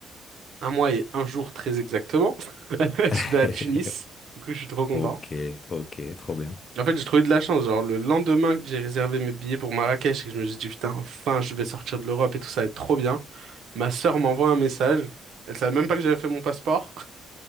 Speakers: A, on the right; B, on the left.
A: un mois et un jour très exactement, <laughs> je
B: <laughs>
A: vais à Tunis. Du coup, je suis trop content.
B: Ok, ok, trop bien.
A: En fait, j'ai trouvé de la chance. Genre le lendemain que j'ai réservé mes billets pour Marrakech et que je me suis dit putain, enfin, je vais sortir de l'Europe et tout ça va être trop bien. Ma sœur m'envoie un message. Elle savait même pas que j'avais fait mon passeport.